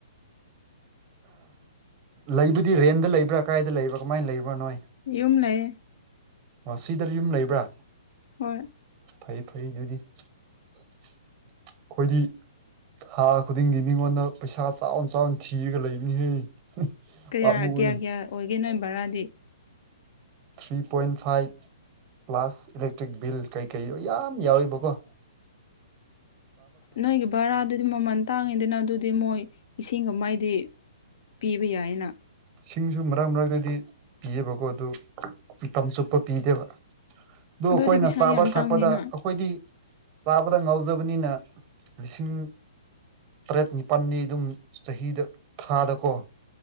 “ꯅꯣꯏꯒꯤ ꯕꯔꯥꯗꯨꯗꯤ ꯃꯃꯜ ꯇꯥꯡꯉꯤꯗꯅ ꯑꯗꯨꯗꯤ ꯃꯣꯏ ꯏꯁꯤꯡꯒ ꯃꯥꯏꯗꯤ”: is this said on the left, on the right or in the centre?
Left